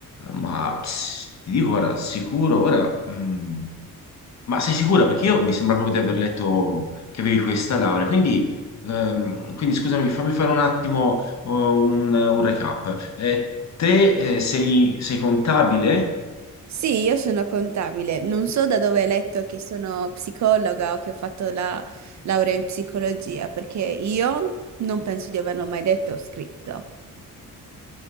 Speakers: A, on the left (about 55°); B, on the right (about 55°).
A: ma ps- ti dico guarda, sicuro, ora mm, Ma sei sicura? Perché io mi sembra proprio di aver letto che avevi questa laurea. Quindi, ehm, quindi scusami, fammi fare un attimo oh, un, un recap. Eh, te eh, sei, sei contabile?
B: Sì, io sono contabile, non so da dove hai letto che sono psicologa o che ho fatto la laurea in psicologia, perché io non penso di averlo mai detto o scritto.